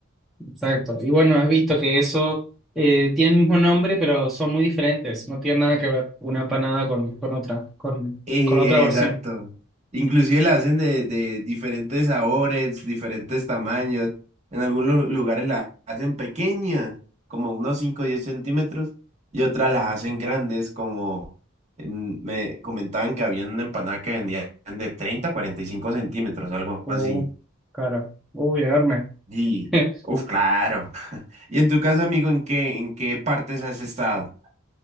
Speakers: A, in the centre; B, on the right.
A: Exacto. Y bueno, has visto que eso eh, tiene el mismo nombre, pero son muy diferentes, no tienen nada que ver una empanada con, con otra, con,
B: Eh,
A: con la otra versión.
B: Exacto. Inclusive la hacen de, de diferentes sabores, diferentes tamaños. En algunos lugares la hacen pequeñas, como unos 5 o 10 centímetros, y otras las hacen grandes, como en- me comentaban que había una empanada que vendían de 30 a 45 centímetros, algo
A: Uh,
B: así.
A: claro. Uy, enorme.
B: Y,
A: <laughs>
B: uf, claro. <laughs> Y en tu caso, amigo, ¿en qué, en qué partes has estado?